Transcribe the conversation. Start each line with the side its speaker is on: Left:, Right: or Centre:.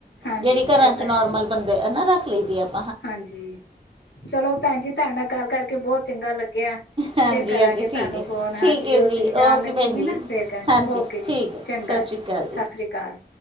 Left: ਹਾਂਜੀ
Right: ਜਿਹੜੀ ਘਰਾਂ
Left: ਇਹ
Right: ਚ
Left: ਤਾਂ
Right: ਨੋਰਮਲ
Left: ਹੈ
Right: ਬੰਦਾ ਇਹ ਨਾ ਰੱਖ ਲਈ ਦੀ ਆ।
Left: ਹਾਂਜੀ। ਚਲੋ ਭੈਣ ਜੀ ਤੁਹਾਡੇ ਨਾਲ ਗੱਲ ਕਰਕੇ ਬਹੁਤ ਚੰਗਾ ਲੱਗਿਆ।
Right: ਹਾਂਜੀ
Left: ਫੇਰ ਕਰਾਂਗੇ
Right: ਹਾਂਜੀ
Left: ਤੁਹਾਨੂੰ
Right: ਠੀਕ ਹੈ
Left: ਫੋਨ ਹਾਂਜੀ
Right: ਠੀਕ
Left: ਜਦੋਂ
Right: ਹੈ ਜੀ
Left: ਤੁਹੀ ਜਾਣ
Right: ਓਕੇ
Left: ਲੱਗੇ
Right: ਭੈਣ
Left: ਸੀ
Right: ਜੀ
Left: ਨਾ ਫੇਰ ਕਰਾਂਗੇ
Right: ਹਾਂਜੀ
Left: ਓਕੇ ਜੀ
Right: ਠੀਕ ਹੈ
Left: ਚੰਗਾ
Right: ਸਤਿ
Left: ਜੀ
Right: ਸ਼੍ਰੀ ਅਕਾਲ
Left: ਸਤਿ ਸ਼੍ਰੀ ਅਕਾਲ।